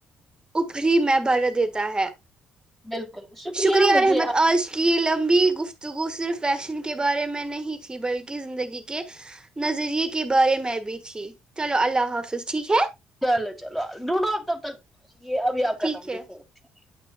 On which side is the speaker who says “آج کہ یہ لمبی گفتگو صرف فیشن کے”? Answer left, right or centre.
Right